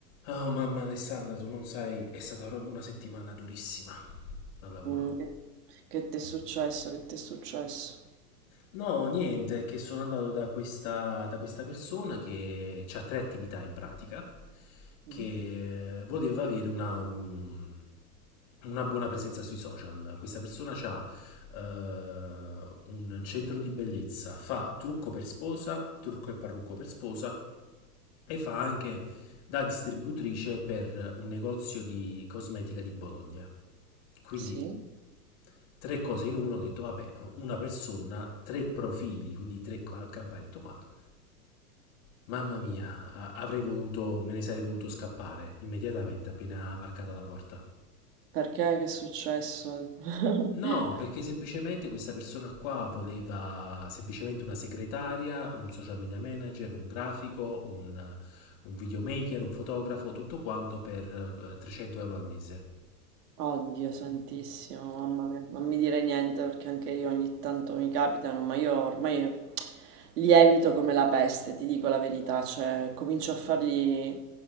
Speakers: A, on the left; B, on the right.
A: Oh mamma Alessandra, tu non sai, è stata proprio una settimana durissima al lavoro.
B: Mm, che ti è successo? Che ti è successo?
A: No, niente, che sono andato da questa, da questa persona che ha tre attività in pratica, che
B: Mhm.
A: voleva avere una, mm, una buona presenza sui social. Questa persona ha un centro di bellezza, fa trucco per sposa, trucco e parrucco per sposa e fa anche da distributrice per un negozio di cosmetica di Bologna. Quindi
B: Sì?
A: tre cose in uno, ho detto vabbè, una persona, tre profili, quindi tre ca- campane, tutto quanto. Mamma mia, a- avrei voluto, me ne sarei voluto scappare immediatamente appena varcata la porta.
B: Perché? Che è successo? <laughs>
A: No, perché semplicemente questa persona qua voleva semplicemente una segretaria, un social media manager, un grafico, un, un videomaker, un fotografo, tutto quanto per eh, 300 euro al mese.
B: Oddio santissimo, mamma mia, non mi dire niente perché anche io ogni tanto mi capitano, ma io ormai li evito come la peste, ti dico la verità, cioè comincio a fargli